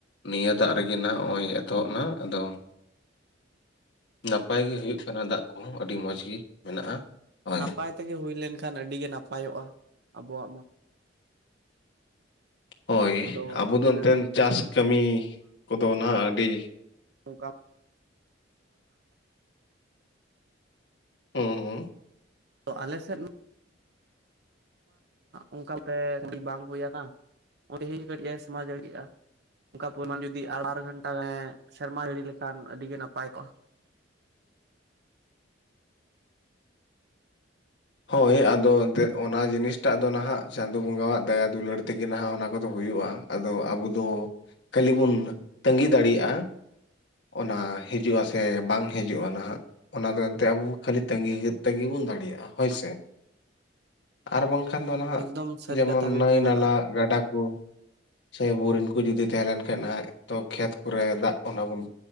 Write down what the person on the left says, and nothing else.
ᱱᱤᱭᱟᱹ ᱫᱟᱜ ᱨᱮᱜᱮ ᱱᱟ ᱱᱚᱜᱼᱚᱭ ᱮᱛᱚᱦᱚᱵ ᱱᱟ ᱟᱫᱚ ᱱᱟᱯᱟᱭ ᱜᱮ ᱦᱩᱭᱩᱜ ᱠᱟᱱᱟ ᱫᱟᱜ ᱠᱚᱦᱚᱸ ᱟᱹᱰᱤ ᱢᱚᱸᱡᱽ ᱜᱮ ᱢᱮᱱᱟᱜᱼᱟ ᱦᱳᱭ
ᱦᱳᱭ
ᱟᱵᱚ ᱫᱚ
ᱮᱱᱛᱮᱱ ᱪᱟᱥ ᱠᱟᱹᱢᱤ ᱠᱚᱫᱚ ᱱᱟᱦᱟᱜ ᱟᱹᱰᱤ
ᱦᱮᱸ ᱦᱩᱸ
ᱦᱳᱭ ᱟᱫᱚ ᱮᱱᱛᱮᱫ ᱚᱱᱟ ᱡᱤᱱᱤᱥᱴᱟᱜ ᱚᱱᱟ ᱡᱤᱱᱤᱥᱴᱟᱜ ᱫᱚ ᱱᱟᱦᱟᱜ ᱪᱟᱸᱫᱳ ᱵᱚᱸᱜᱟᱣᱟᱜ ᱫᱟᱭᱟ ᱫᱩᱞᱟᱹᱲ ᱛᱮᱜᱮ ᱱᱟᱦᱟᱜ ᱚᱱᱟ ᱠᱚᱫᱚ ᱦᱩᱭᱩᱜᱼᱟ ᱟᱫᱚ ᱟᱵᱚ ᱫᱚ ᱠᱷᱟᱹᱞᱤ ᱵᱚᱱ ᱛᱟ. ᱜᱤ ᱫᱟᱲᱮᱭᱟᱜᱼᱟ ᱚᱱᱟ ᱦᱤᱡᱩᱜᱼᱟ ᱥᱮ ᱵᱟᱝ ᱦᱤᱡᱩᱜᱼᱟ ᱱᱟᱦᱟᱜ ᱚᱱᱟ ᱫᱚ ᱮᱱᱛᱮ ᱟᱵᱚ ᱠᱷᱟᱹᱞᱤ ᱛᱟ. ᱜᱤ ᱛᱟᱹᱜᱤ ᱵᱚᱱ ᱫᱟᱲᱮᱭᱟᱜᱼᱟ ᱦᱳᱭᱥᱮ ᱟᱨ ᱵᱟᱝᱠᱷᱟᱱ ᱫᱚ ᱱᱟᱦᱟᱜ
ᱡᱮᱢᱚᱱ
ᱱᱟᱹᱭ
ᱱᱟᱞᱟ
ᱜᱟᱰᱟ ᱠᱚ ᱥᱮ ᱵᱚᱣᱨᱤᱝ ᱠᱚ ᱡᱩᱫᱤ ᱛᱟᱦᱮᱸ ᱞᱮᱱ ᱠᱷᱟᱱ ᱱᱟᱦᱟᱜ ᱛᱚ ᱠᱷᱮᱛ ᱠᱚᱨᱮ ᱫᱟᱜ ᱚᱱᱟ ᱵᱚᱱ